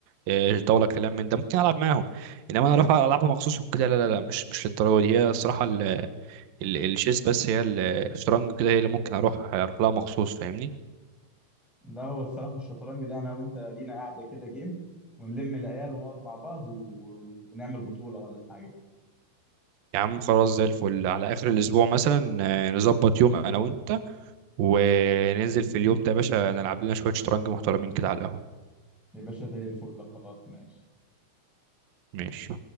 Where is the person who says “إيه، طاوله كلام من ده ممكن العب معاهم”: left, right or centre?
Right